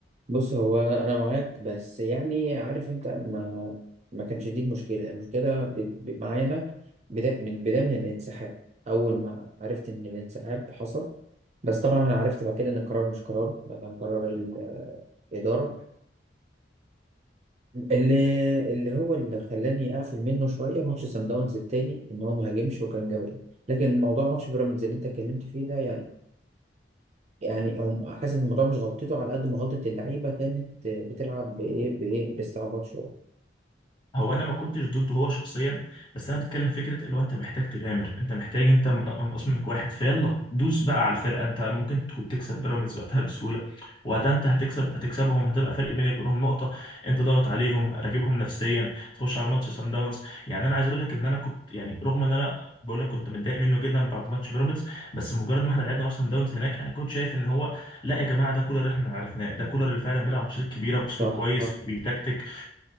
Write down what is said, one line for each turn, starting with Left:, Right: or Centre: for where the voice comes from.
Right: بص هو انا معاك بس يعني عارف انت ما ما كانش دي المشكله المشكله ب... ب... معايا انا بدا... من البدايه من الانسحاب اول ما عرفت ان الانسحاب حصل بس طبعا انا عرفت بعد كده ان القرار مش قرار ده كان قرار الاداره اللي اللي هو اللي خلاني اقفل منه شويه ماتش سان داونز التاني ان هو ما هاجمش وكان جبان لكن موضوع ماتش بيراميدز اللي انت اتكلمت فيه ده يعني يعني هم حاسس ان الموضوع مش غلطته على قد ما غلطه اللعيبه كانت بتلعب بايه بايه باستعباط شويه
Left: هو انا ما كنتش ضده هو شخصيا بس انا بتكلم فكره اللي هو انت محتاج تغامر انت محتاج انت من- منقص منك واحد فيلا دوس بقى على الفرقه انت ممكن تكون تكسب بيراميدز وقتها بسهوله وقتها انت هتكسب هتكسبهم هتبقى فرق بينك وبينهم نقطه انت ضغط عليهم راكبهم نفسيا تخش على ماتش سان داونز يعني انا عايز اقول لك ان انا كنت يعني رغم ان انا بقول لك كنت متضايق منه جدا بعد ماتش بيراميدز بس مجرد ما احنا لعبنا ماتش سان داونز هناك انا كنت شايف ان هو لا يا جماعه ده كولر اللي احنا عرفناه ده كولر اللي فعلا بيلعب ماتشات كبيره باسلوب
Right: صح
Left: كويس
Right: صح
Left: بيتكتك